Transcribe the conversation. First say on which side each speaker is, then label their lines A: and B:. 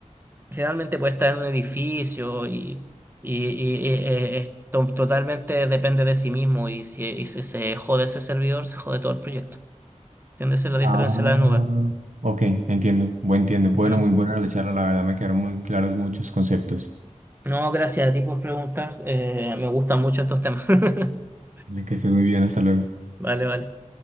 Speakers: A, on the right; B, on the right.
A: Generalmente puede estar en un edificio y, y- y- y- eh, es to- totalmente depende de sí mismo y si, y si se jode ese servidor, se jode todo el proyecto. ¿Entiendes? Esa
B: Ah,
A: es la diferencia de la nube.
B: ok, entiendo, Bueno, entiendo. Bueno,
A: Ujú.
B: muy buena la charla, la verdad me quedaron muy claros muchos conceptos.
A: No, gracias a ti por preguntar. Eh, me gustan mucho estos temas. <laughs>
B: Dale, Que estés muy bien, hasta luego.
A: Vale, vale.